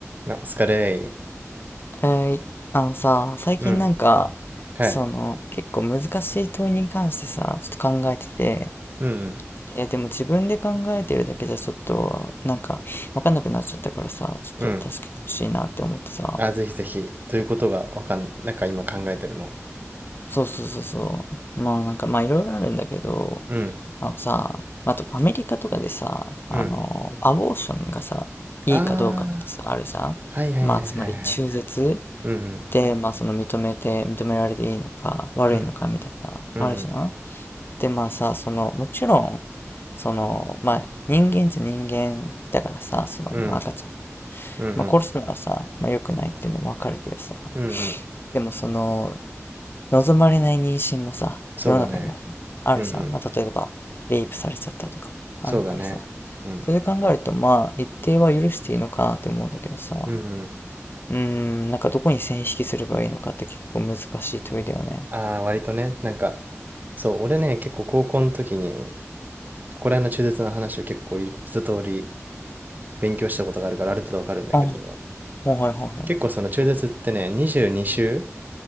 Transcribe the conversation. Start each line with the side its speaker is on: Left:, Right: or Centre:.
Right: なお疲れ
Left: えー、あのさ、最近なんか、
Right: ー。うん。はい。
Left: その、結構難しい問いに関してさ、ちょっと考えてて、
Right: うん、
Left: えーでも自分で考えてるだけじゃちょっと、なんか、わかんなくなっちゃったからさ、ちょっと助けてほしいなって思ってさ、
Right: うん。うん。あ、ぜひぜひ。ということがわかん、なんか今考えてるの。
Left: そうそうそうそう、まあなんか、まあいろいろあるんだけど、
Right: うん。
Left: あのさ、あとアメリカとかでさ、あの、
Right: うん。
Left: アボーションがさ、いいかどうかってさ、
Right: ああ、
Left: あるじゃんまあ、
Right: はいはいはいはいはい。
Left: つまり中絶
Right: うん、
Left: で、まあその認めて、認められていいのか悪いのかみたいな、
Right: うん。うん、
Left: あるじゃん。
Right: うん。
Left: で、まあさ、その、もちろん、その、まあ人間じゃ人間だからさ、その、
Right: うん、
Left: まあ赤ちゃん、
Right: うん。
Left: まあ殺すのはさ、
Right: うん、
Left: まあ良くないっていうのもわかるけどさ、
Right: うん。うん
Left: でもその、望まれない妊娠もさ、
Right: そうだね。
Left: 世の中にはあるじゃん。
Right: うん、うん。
Left: まあ例えば、レイプされちゃったとかもあるからさ、
Right: そうだね。うん。
Left: それで考えると、まあ一定は許していいのかなって思うんだけどさ、
Right: うん、うん。
Left: うーん、なんかどこに線引きすればいいのかって結構難しい問いだよね。
Right: ああ、割とね、なんか、そう、俺ね、結構高校の時に、ここら辺の中絶の話を結構い一通り勉強したことがあるから、ある程度わかるんだけど、
Left: あ、はいはいは
Right: 結構その中絶ってね、22週